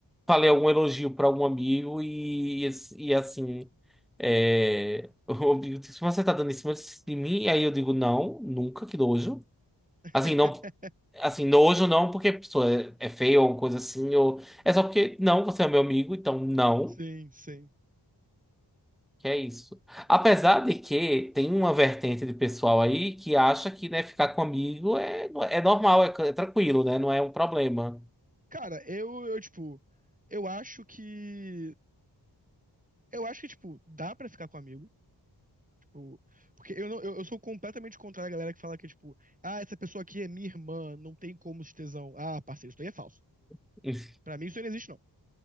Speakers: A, in the centre; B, on the right.
A: falei algum elogio para algum amigo e, e, e, assim. É, <laughs> o amigo disse, mas você tá dando em cima de mim? E aí eu digo, não, nunca, que nojo.
B: <laughs>
A: Assim, não. Assim, nojo não porque a pessoa é é feia ou coisa assim, ou... É só porque, não, você é meu amigo, então não,
B: Sim, sim.
A: que é isso. Apesar de que tem uma vertente de pessoal aí que acha que, né, ficar com amigo é, é é normal, é, é tranquilo, né, não é um problema.
B: Cara, eu, eu, tipo, eu acho que. Eu acho que, tipo, dá pra ficar com amigo. Tipo, porque eu, não, eu, eu sou completamente contrário à galera que fala que, tipo, ah, essa pessoa aqui é minha irmã, não tem como se tesão. Ah, parceiro, isso daí é falso.
A: <laughs>
B: Pra mim, isso aí não existe, não.